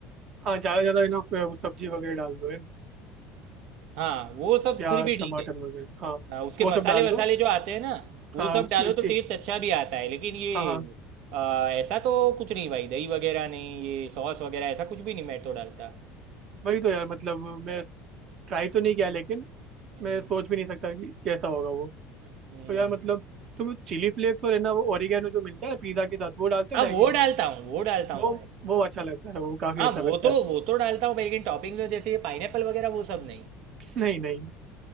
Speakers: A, on the right; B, on the right.
A: हाँ ज्यादा ज्यादा है ना फ- वो सब्जी वगैरह डाल दो है ना
B: हाँ वो सब
A: प्याज
B: फिर भी ठीक
A: टमाटर
B: है
A: वगैरह हाँ
B: हाँ, उसके
A: वो
B: मसाले
A: सब डाल
B: वसाले
A: दो
B: जो आते हैं ना वो
A: हाँ
B: सब
A: उसी-
B: डालो तो
A: उसी-
B: टेस्ट अच्छा भी आता है लेकिन ये
A: हाँ हाँ
B: आ, ऐसा तो कुछ नहीं भाई दही वगैरह नहीं ये सॉस वगैरह ऐसा कुछ भी नहीं मैं तो डालता
A: वही तो यार मतलब मैं ट्राई तो नहीं किया लेकिन
B: हम्म
A: मैं सोच भी नहीं सकता कि कैसा होगा वो
B: हम्म,
A: तो यार मतलब तुम चिली फ्लेक्स और है ना वो ओरिगेनो जो मिलता है ना पिज्जा के साथ वो डालते हो
B: हाँ
A: मैगी
B: वो
A: में
B: डालता हूँ वो डालता हूँ
A: वो
B: भाई
A: वो अच्छा लगता है वो काफी
B: हाँ
A: अच्छा
B: वो
A: लगता
B: तो
A: है
B: वो तो डालता हूँ भाई, लेकिन टॉपिंग में जैसे ये पाइनएप्पल वगैरह वो सब नहीं
A: <laughs> नहीं नहीं